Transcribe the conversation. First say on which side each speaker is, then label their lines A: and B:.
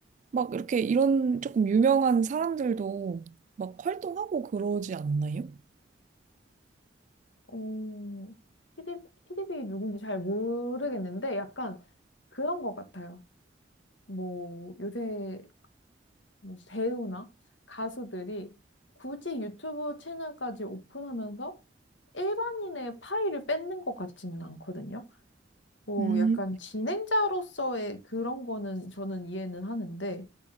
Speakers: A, on the right; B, on the left.
A: 막 이렇게 이런 조금 유명한 사람들도 막 활동하고 그러지 않나요?
B: 어, 키디, 키디비 누군지 잘 모르겠는데 약간 그런 것 같아요. 뭐 요새 뭐 배우나 가수들이 굳이 유튜브 채널까지 오픈하면서 일반인의 파일을 뺏는 것 같지는 않거든요. 뭐
A: 음,
B: 약간 진행자로서의 그런 거는 저는 이해는 하는데